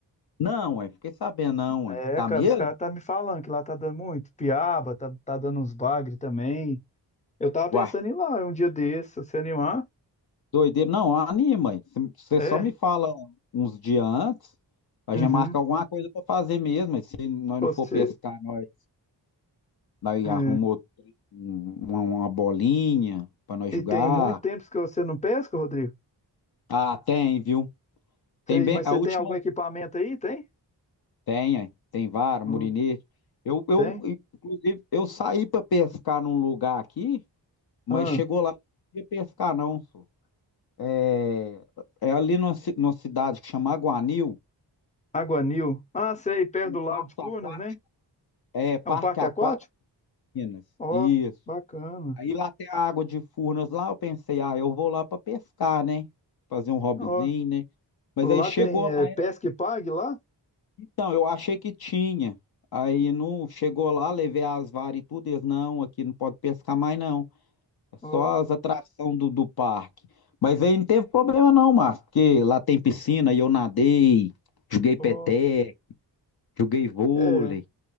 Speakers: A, on the left; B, on the left.
A: Não, ué, fiquei sabendo, não,
B: É,
A: ué. Tá
B: cara,
A: mesmo?
B: os caras tá me falando que lá tá dando muito piaba, tá, tá dando uns bagre também. Eu tava pensando
A: Uai,
B: em ir lá um dia desse, se você animar.
A: doideira. Não, anima, ué. Se- Você
B: É.
A: só me fala uns dias antes, a
B: Uhum.
A: gente marca alguma coisa pra fazer mesmo. ué. Se nós
B: Você.
A: não for pescar, nós, nós
B: é.
A: arrumamos uma, uma bolinha pra nós
B: E
A: jogar.
B: tem muito tempo que você não pesca, Rodrigo?
A: Ah, tem, viu? Tem
B: Sei,
A: bem,
B: mas
A: a
B: você
A: última
B: tem algum equipamento aí? Tem?
A: tem, é. tem vara,
B: Não
A: murinete. Eu, eu,
B: tem?
A: inclusive, eu saí para pescar num lugar aqui, mas
B: Ah,
A: chegou lá, não podia pescar não, só. É, é ali numa, ci- numa cidade que chama Aguanil,
B: Aguanil. Ah, sei, perto
A: tem
B: do
A: um
B: Lago
A: parque
B: de Furnas,
A: aquático,
B: né?
A: é, Parque
B: É um parque
A: Aquático
B: aquático?
A: Minas,
B: Ó,
A: isso.
B: bacana.
A: Aí lá tem a água de Furnas lá, eu pensei, ah, eu vou lá para pescar, né? Fazer um hobbyzinho,
B: Ó,
A: né? Mas
B: lá
A: aí chegou
B: tem é,
A: lá
B: pesca e pague lá?
A: Então, eu achei que tinha. Aí não chegou lá, levei as varas e tudo. Eles, não, aqui não pode pescar mais, não. É só
B: Ó,
A: as atrações do, do parque. Mas aí não teve problema, não, Márcio, porque lá tem piscina e eu nadei, joguei peteca,
B: ó.
A: joguei vôlei.
B: É,